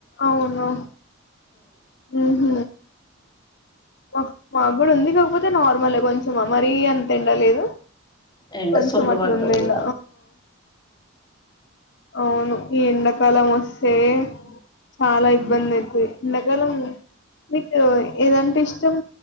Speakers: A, on the left; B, on the left.
A: అవును మ్ హ్ మక్ మాగుడ ఉంది కాకపోతే నార్మల్ ఏ కొంచెం మరీ అంత ఎండ లేదు
B: ఎండ
A: కొంచెం
B: సుర్రుమంటుంది
A: అట్లుంద్ ఎండ
B: ఇవాళ
A: ఔను ఈ ఎండాకాలం ఒస్సే చాలా ఇబ్బందైతది ఎండాకాలం మీకు ఏదంటే ఇష్ట్ చెం